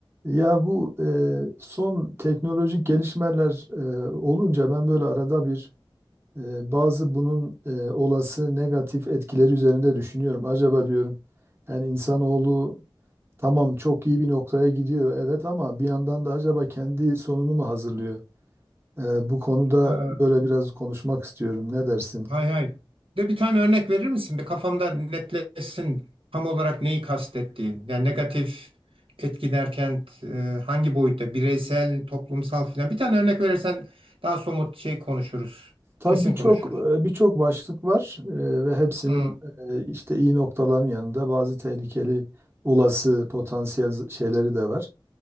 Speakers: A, on the right (about 25°); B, on the right (about 80°).
A: Ya bu e, son teknolojik gelişmeler e, olunca ben böyle arada bir e, bazı bunun e, olası negatif etkileri üzerinde düşünüyorum. Acaba diyorum yani insanoğlu tamam çok iyi bir noktaya gidiyor evet ama bir yandan da acaba kendi sonunu mu hazırlıyor? E, bu konuda
B: Ee,
A: böyle biraz konuşmak istiyorum. Ne dersin?
B: hay hay. De bir tane örnek verir misin? Bir kafamda netleşsin tam olarak neyi kastettiğin. Yani negatif etki derken e, hangi boyutta? Bireysel, toplumsal filan. Bir tane örnek verirsen daha somut şey konuşuruz.
A: Tabii
B: Kesin
A: birçok
B: konuşuruz.
A: e, birçok başlık var e, ve hepsinin
B: Hı,
A: e, işte iyi noktaların yanında bazı tehlikeli olası potansiyel z- şeyleri de var.